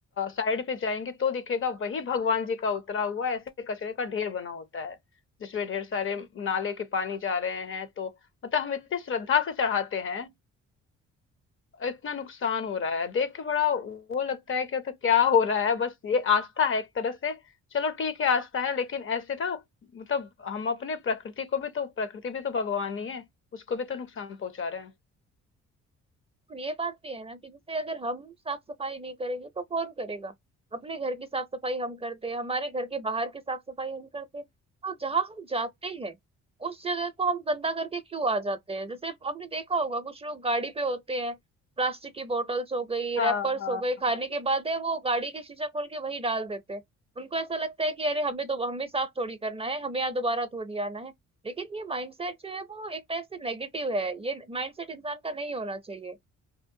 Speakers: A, on the left (about 45°); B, on the right (about 20°).
A: साइड पे जाएंगे तो दिखेगा वही भगवान जी का उतरा हुआ ऐसे कचरे का ढेर बना होता है जिसमें ढेर सारे नाले के पानी जा रहे हैं तो मतलब हम इतनी श्रद्धा से चढ़ाते हैं और इतना नुकसान हो रहा है देख के बड़ा वो लगता है कि तो क्या हो रहा है बस ये आस्था है एक तरह से चलो ठीक है आस्था है लेकिन ऐसे ना मतलब हम अपने प्रकृति को भी तो प्रकृति भी तो भगवान ही है उसको भी तो नुकसान पहुंचा रहे हैं
B: और ये बात भी है ना कि जैसे अगर हम साफ-सफाई नहीं करेंगे तो कौन करेगा? अपने घर की साफ-सफाई हम करते हैं, हमारे घर के बाहर की साफ-सफाई हम करते हैं। तो जहाँ हम जाते हैं, उस जगह को हम गंदा करके क्यों आ जाते हैं? जैसे आपने देखा होगा कुछ लोग गाड़ी पे होते हैं, प्लास्टिक की बॉटल्स हो गई,
A: हाँ
B: रैपर्स
A: हाँ
B: हो गए, खाने
A: हाँ
B: के बाद है वो गाड़ी के शीशा खोल के वहीं डाल देते हैं। उनको ऐसा लगता है कि अरे हमें दो हमें साफ थोड़ी करना है, हमें यहाँ दोबारा थोड़ी आना है। लेकिन ये माइंडसेट जो है वो एक टाइप से नेगेटिव है, ये माइंडसेट इंसान का नहीं होना चाहिए।